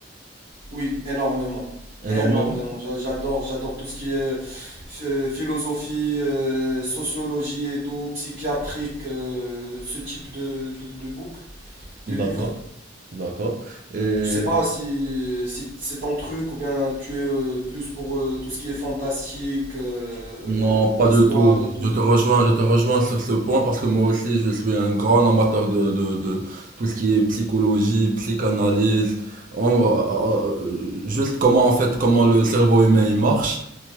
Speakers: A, on the right; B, on the right.
A: Oui, énormément.
B: Énormément.
A: Énormément. J'a- J'adore, j'adore tout ce qui est euh, philosophie, euh, sociologie et tout, psychiatrique, euh, ce type de, de, de book, de
B: D'accord.
A: livre.
B: D'accord. Et
A: Je sais pas si, si c'est ton truc ou bien tu es euh, plus pour euh, tout ce qui est fantastique, euh,
B: non, pas
A: histoire
B: du tout.
A: et tout.
B: Je te rejoins, je te rejoins sur ce point parce que moi aussi je suis un grand amateur de de, de tout ce qui est psychologie, psychanalyse, en- euh, euh, juste comment en fait comment le cerveau humain il marche.